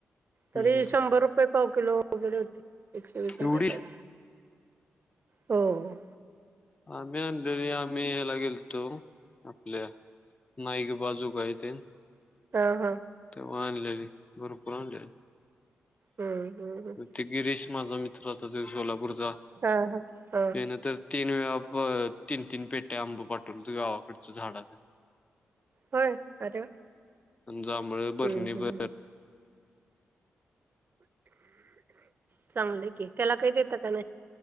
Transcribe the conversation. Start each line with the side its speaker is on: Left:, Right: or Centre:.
Right: तरी
Left: हम्म
Right: शंभर रुपये पाव किलो वगैरे होती एकशेवीस रुपये
Left: एवढी
Right: पाव, हो हो.
Left: आम्ही आणलेली आम्ही ह्याला गेलतो, आपल्या नाईक बाजू का यतील
Right: हा हा.
Left: तेव्हा आणलेली, भरपूर आणलेली
Right: हम्म हम्म हा.
Left: ते गिरीश माझा मित्र होता जो सोलापूरचा,
Right: हा हा हा
Left: त्याने तर ते अह प तीन तीन पेट्या आंब पाठवलंते गावाकडच झाडाच
Right: होय, अरे वाह!
Left: आणि जांभळ बरणी
Right: हम्म हम्म.
Left: ब
Right: चांगलंय की, त्याला काही देत का नाही